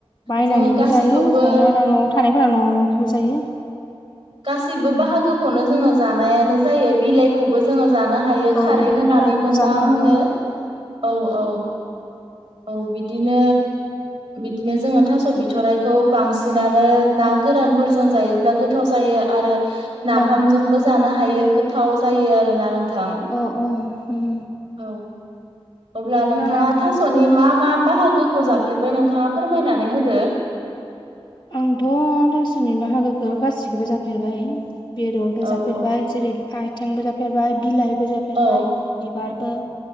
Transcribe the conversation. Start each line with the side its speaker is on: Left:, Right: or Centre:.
Left: बायनानैबो
Right: जोङो गासैखौबो
Left: जायो जा आरो न'आव थानायफोरा न'निबो जायो।
Right: गासैबो
Left: उम
Right: बाहागोखौनो जोंङो जानायानो जायो बिलाइखौबो जोंङो जानो हायो। हायो
Left: ओं
Right: खारै होनानै
Left: बिलाइखौबो
Right: मोजांनो
Left: जानो हायो
Right: औ औ। औ बिदिनो बिदिनो जोंङो थास' बिथ'राइखौ बांसिनानो नागो फोरजों जायोब्ला गोथाव जायो आरो नाफामजोंबो।
Left: औ
Right: जानो हायो गोथाव जायो आरोना नोंथां।
Left: अ अ ओम।
Right: अ अब्ला नोंथांङा
Left: नाफामखौबो
Right: थास'नि मा मा बाहागोखौ
Left: उम
Right: जाफेरखो बाय नोंथांङा फोरमायनानै होदो।
Left: आंथ' थास'नि बाहागोखौ गासिखौबो जाफेरबाय। बेदरबो
Right: औ
Left: जाफेरबाय,
Right: औ।
Left: जेरै आथिबो जाफेरबाय, बिलाइबो जाफेरबाय।
Right: औ
Left: बिबारबो